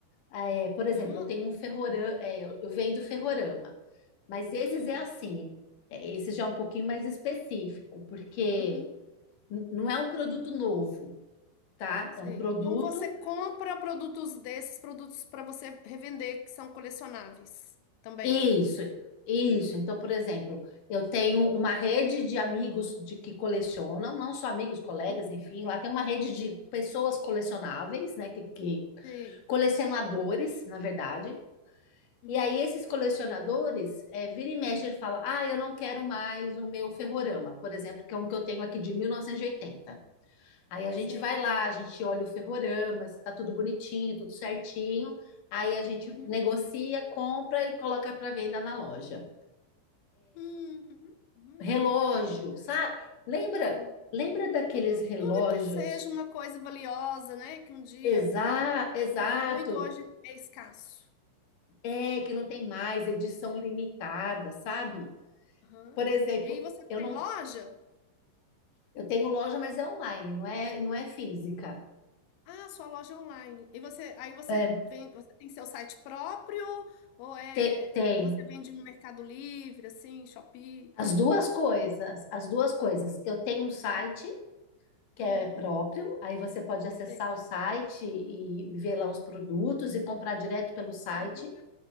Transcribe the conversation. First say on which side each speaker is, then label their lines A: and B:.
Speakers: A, on the left; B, on the left.
A: É, por exemplo,
B: aham.
A: eu tenho um ferrorama, é, eu eu vendo ferrorama. Mas esses
B: Hum,
A: é assim, é, esse já é um pouquinho mais específico, porque
B: uhum.
A: n- não é um produto novo, tá?
B: Sei.
A: É um produto.
B: Então você compra produtos desses, produtos para você revender, que são colecionáveis também.
A: Isso, isso. Então, por exemplo, eu tenho uma rede de amigos de que colecionam, não só amigos, colegas,
B: Hum,
A: enfim, lá tem uma rede de pessoas colecionáveis, né? Que, que
B: Sei.
A: colecionadores, na verdade.
B: Uhum,
A: E aí, esses colecionadores, é, vira e mexe,
B: hum.
A: ele fala: Ah, eu não quero mais o meu Ferrorama, por exemplo, que é um que eu tenho aqui de 1980. Aí a gente
B: Sei.
A: vai lá, a gente olha o ferrorama, se tá tudo bonitinho, tudo certinho. Aí a gente
B: Uhum.
A: negocia, compra e coloca para venda na loja.
B: Hum, Uhum. Uhum.
A: Relógio,
B: Legal.
A: sabe? Lembra,
B: Sim.
A: lembra daqueles
B: Tudo,
A: relógios
B: tudo que seja uma coisa valiosa, né? Que um dia
A: exa exato,
B: tinha muito, hoje é escasso.
A: é que não tem mais edição limitada, sabe?
B: Aham.
A: Por exemplo,
B: E aí você
A: eu
B: tem
A: não,
B: loja?
A: eu tenho loja, mas é online, não é, não é física.
B: Ah, sua loja é online. E você, aí você
A: É,
B: vem, você tem seu site próprio ou é,
A: te- tenho
B: ou você vende no Mercado Livre, assim, Shopee?
A: as duas coisas, as duas coisas. Eu tenho um site
B: Hum,
A: que
B: Uhum.
A: é próprio, aí você pode acessar
B: Sei.
A: o site e ver lá os produtos e comprar direto pelo site,
B: Uhum.